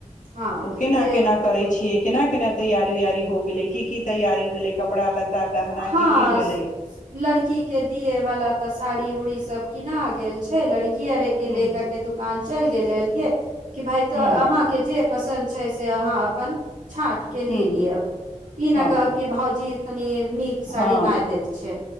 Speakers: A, on the right; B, on the left.
A: हँ
B: तऽ केना
A: जे
B: केना करै छियै केना केना तैयार वयारी हो गेलै की की तैयारी भेलै कपड़ा लत्ता गहना
A: हँ
B: की की भेलै
A: स-स लड़की के दिए वाला तऽ साड़ी उड़ी सब किना गेल छै लड़की- -कियरे के ले
B: हूँ
A: करके दुकान चल गेलियै एलियै कि भाइ तऽ
B: हूँ
A: अहाँ के जे पसन्द छै से अहाँ अपन छाँट के लै
B: हूँ
A: लिअब ई न
B: हँ
A: कहब कि भौजी नीक साड़ी
B: हँ
A: नहि देल छै